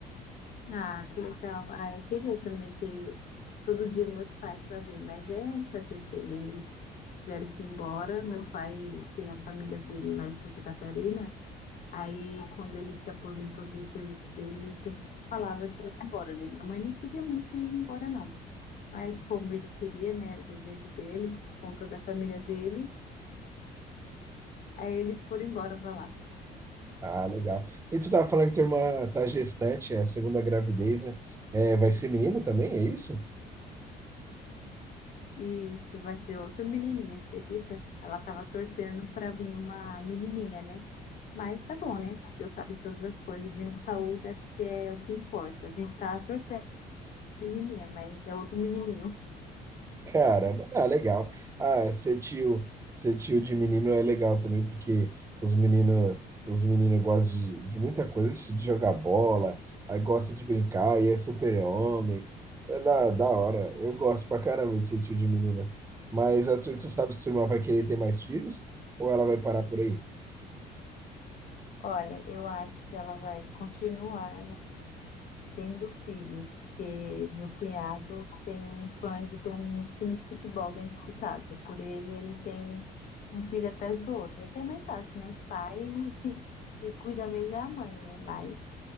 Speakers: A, on the left; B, on the right.
A: Ah, que legal. Ah, eu queria também ter todo dia meus pais para ver, mas é fazer o quê, né? Eles tiveram que ir embora. Meu pai tem a família dele lá em Santa Catarina. Aí, quando ele se aposentou do serviço dele, ele falava é que ia embora, né? Minha mãe não queria muito ir embora, não. Mas como ele queria, né? Era o desejo dele, por conta da família dele, aí eles foram embora para lá.
B: Ah, legal. E tu tava falando que tua irmã tá gestante, é a segunda gravidez, né? É, vai ser menino também, é isso?
A: E isso vai ser outra menininha, acredita? Ela tava torcendo para vir uma menininha, né? Mas tá bom, né? Deus sabe de todas as coisas, vindo com saúde, acho que é o que importa. A gente tá torcendo pra menininha, mas é outro menininho.
B: Caramba, ah, legal. Ah, ser tio, ser tio de menino é legal também, porque os meninos, os meninos gostam de, de muita coisa, de jogar bola, aí gosta de brincar, e é super-homem. É da, da hora. Eu gosto pra caramba de ser tio de menina. Mas a tu, tu sabe se tua irmã vai querer ter mais filhos ou ela vai parar por aí?
A: Olha, eu acho que ela vai continuar tendo filhos, porque meu cunhado tem um sonho de ter um time de futebol dentro de casa. Por ele, ele tem um filho atrás do outro. É que é mais fácil, né? Pai e cuida mesmo é a mãe, né? Mas